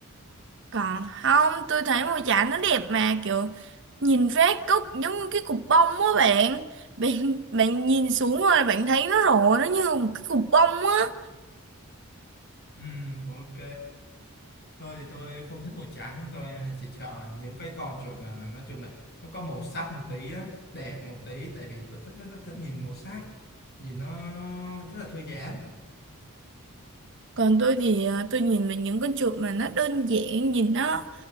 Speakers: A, on the right; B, on the left.
A: Còn không, tôi thấy mùa giải nó đẹp mà kiểu nhìn phát cúc giống như cái cục bông á bạn. Bạn bạn nhìn xuống rồi bạn thấy nó rộ nó như một cái cục bông á.
B: ừ ok tôi thì tôi không thích màu trắng tôi chỉ chọn là những cái con chuột mà nói chung là nó có màu sắc một tí á đẹp một tí tại vì tôi thích rất, rất thích nhìn màu sắc nhìn nó rất là thư giãn <laughs>
A: Còn tôi thì à, tôi nhìn về những con chuột mà nó đơn giản nhìn nó